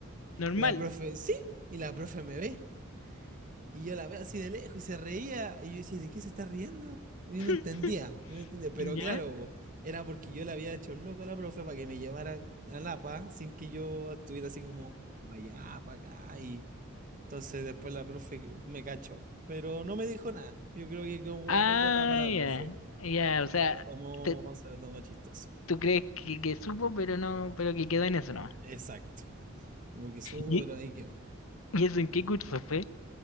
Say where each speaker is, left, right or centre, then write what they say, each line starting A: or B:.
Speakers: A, on the left; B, on the right.
A: Normal.
B: Y la profe, sí, y la profe me ve. Y yo la veo así de lejos y se reía. Y yo decía, ¿de qué se está riendo? Y yo
A: <laughs>
B: no entendía, yo no entendía. Pero
A: ¿Ya?
B: claro, po, era porque yo le había hecho el loco a la profe para que me llevara a Lapa sin que yo estuviera así como para allá, para acá. Y entonces después la profe me cachó. Pero no me dijo nada. Yo creo que como
A: Ah,
B: anécdota para la
A: ya.
B: profe.
A: Ya,
B: Se
A: o sea,
B: lo tomó,
A: te-
B: se lo tomó chistoso.
A: tú crees que, que supo, pero no, pero que quedó en eso nomás.
B: Exacto. Como que subo,
A: ¿Y,
B: pero ahí quedó.
A: y eso en qué curso fue?